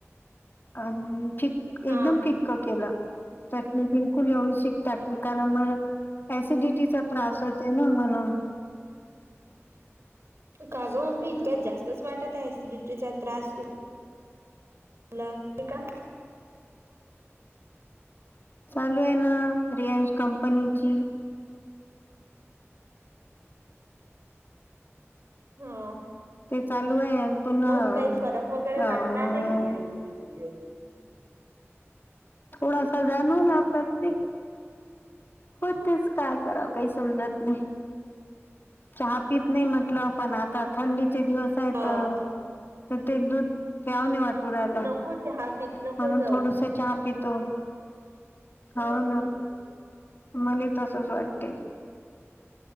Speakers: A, on the left (about 45°); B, on the right (about 60°).
A: आणि फ
B: हा
A: एकदम फीक्क केलं चटणी बिलकुल एवढीशी टाकली कारण ऍसिडिटीचा त्रास होते ना म्हणून
B: काजो मम्मी इतक्यात जास्तच वाटत आहे ऍसिडिटीचा त्रास तू तुला का
A: चालू आहे ना रियांश कंपनीची
B: हा
A: ते चालू आहे पुन्हा
B: मग काही फरक वगैरे
A: अ
B: वाटला नाही. ह
A: थोडासा जाणवला <inaudible> हो तेच काय कराव काही समजत नाही. चहा पीत नाही म्हंटल पण आत त थंडीचे दिवस आहे
B: हो
A: त त ते दूध प्याव नाही वाटू राहिला
B: नको चहा पित
A: म्हणून
B: नको जाऊ
A: थोडस चहा पितो.
B: ह
A: हो ना मला तसच वाटते